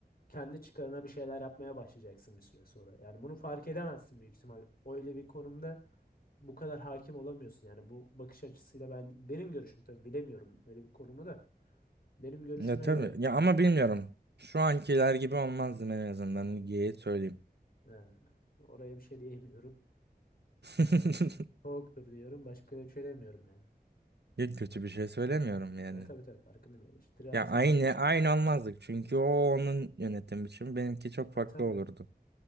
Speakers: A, on the left; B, on the right.
A: kendi çıkarına bir şeyler yapmaya başlayacaksın bir süre sonra. Yani bunu fark edemezsin büyük ihtimal. Öyle bir konumda bu kadar hakim olamıyorsun. Yani bu bakış açısıyla ben benim görüşüm tabii bilemiyorum öyle bir konumu da. Benim görüşüme
B: Ya tabii.
A: göre
B: Ya ama bilmiyorum.
A: Değil mi?
B: Şu ankiler gibi olmazdım en azından. Geyi söyleyeyim.
A: He, oraya bir şey diyemiyorum.
B: <laughs>
A: Soğuktur diyorum. Başka da bir şey demiyorum yani.
B: Ya kötü bir şey söylemiyorum yani.
A: Ya tabii tabii farkındayım. Eleştiri her
B: Ya
A: zaman.
B: aynı aynı olmazdık çünkü o onun yönetim biçimi benimki çok
A: Ha
B: farklı
A: tabii.
B: olurdu.